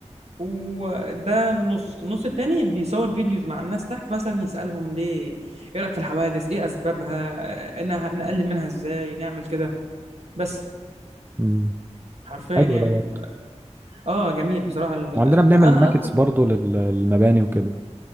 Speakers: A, on the right; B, on the right.
A: وده النص النص التاني بيصور فيديوز مع الناس تحت مثلا يسألهم ليه ايه رأيك في الحوادث ايه اسبابها آه، إنها- نقلل منها ازاي نعمل كده بس
B: امم
A: حرفيا
B: حلو
A: يعني
B: ده برضه
A: اه جميل بصراحة ال-
B: عندنا بنعمل
A: انا
B: ماكتس
A: اكتر
B: برضه لل... للمباني وكده